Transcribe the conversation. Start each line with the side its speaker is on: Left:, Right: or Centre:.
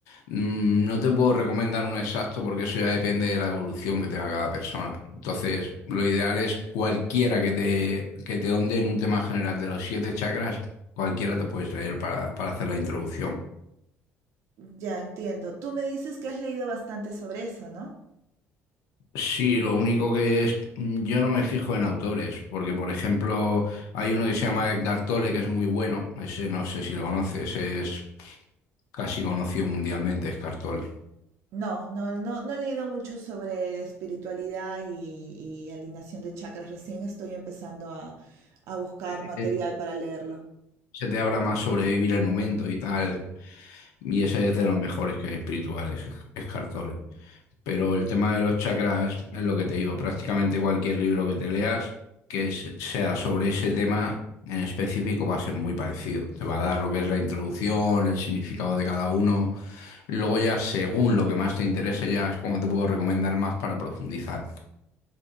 Left: mm, no te puedo recomendar uno exacto porque eso ya depende de la evolución que tenga cada persona. Entonces, lo ideal es cualquiera que te, que te onde en un tema general de los siete chakras cualquiera te puedes leer para, para hacer la introducción.
Right: Ya entiendo. Tú me dices que has leído bastante sobre eso, ¿no?
Left: Sí, lo único que es, yo no me fijo en autores, porque por ejemplo hay uno que se llama Edgar Tolle que es muy bueno, ese no sé si lo conoces, es casi conocido mundialmente, Edgar Tolle.
Right: No, no, no, no he leído mucho sobre espiritualidad y, y alineación de chakras. Recién estoy empezando a, a buscar material
Left: Eh,
Right: para leerlo.
Left: Se te habla más sobre vivir el momento y tal, y ese es de los mejores que espirituales, Edgar Tolle. Pero el tema de los chakras es lo que te digo, prácticamente cualquier libro que te leas que es- sea sobre ese tema en específico va a ser muy parecido. Te va a dar lo que es la introducción, el significado de cada uno. Luego ya según lo que más te interese ya es como te puedo recomendar más para profundizar.